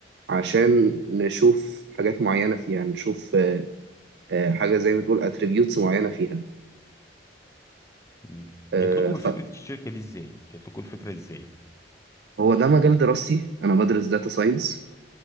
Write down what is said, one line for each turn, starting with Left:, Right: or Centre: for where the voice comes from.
Right: عشان نشوف حاجات معينة فيها نشوف آه، آه، حاجة زي ما تقول اتريبيوتس معينة فيها
Left: مم.
Right: آه،
Left: جات لكم
Right: فهو
Left: فكره الشركه دي ازاي جات لكم الفكره ازاي
Right: ده مجال دراستي أنا بدرس داتا ساينس